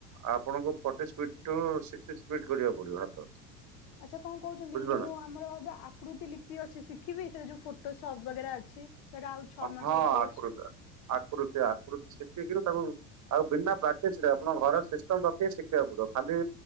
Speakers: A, on the right; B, on the left.
A: ଆପଣଙ୍କୁ ଫର୍ଟି ସ୍ପିଡ ଠୁ ସିକ୍ଟୀ ସ୍ପିଡ କରିବାକୁ ପଡିବ ହାତ?
B: ଆଚ୍ଛା କଣ କହୁଛନ୍ତି
A: ବୁଝିଲ
B: ମୁଁ
A: ନା।
B: ଆମର ଏବେ ଆ କୃତି ଲିପି ଅଛି ଶିଖିବି ସେରା ଯୋଉ ଫୋଟୋ ସପ୍ ବଗେରା ଅଛି? ସେଟା ଆଉ ଛଅ ମାସର
A: ହଁ
B: କୋର୍ସ
A: ଆକୃତି ଆକୃତି ଆକୃତି ଶିଖିକିରି ତାକୁ ଆଉ ବିନା ପ୍ରାକ୍ଟିସ ରେ ଆପଣ ଘର ସିଷ୍ଟମ ରଖିକି ଶିଖିବାକୁ ପଡିବ ଖାଲି